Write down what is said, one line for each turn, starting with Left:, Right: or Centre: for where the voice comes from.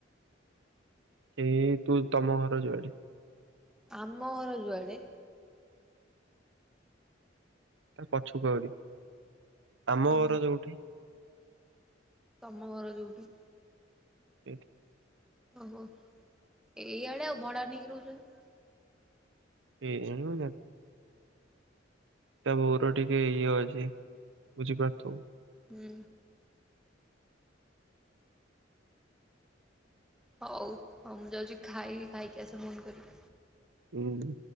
Right: ଏଇ ତୁ ତମ ଘର ଯୁଆଡେ।
Centre: ଆମ ଘର ଯୁଆଡ଼େ।
Right: ତା ପଛକୁ ଆଉରି ଆମ
Centre: ଓହୋ
Right: ଘର ଯୋଉଠି।
Centre: ତମ ଘର ଯୋଉଠି।
Right: ଏଠି।
Centre: ଓହୋ ଏଇଆଡେ ଆଉ ଭଡା ନେଇକି ରହୁଚନ୍ତି।
Right: କେଆଣି ମୁ ଜାଣିନି। ତା ବୋଉର ଟିକେ ଇଏ ଅଛି ବୁଝିପାରୁଥୁବୁ।
Centre: ହୁଁ। ହଉ ହଉ ମୁଁ ଯାଉଛି ଖାଇବି ଖାଇକି ଆସେ ଫୋନ୍ କରିବି।
Right: ଉଁ।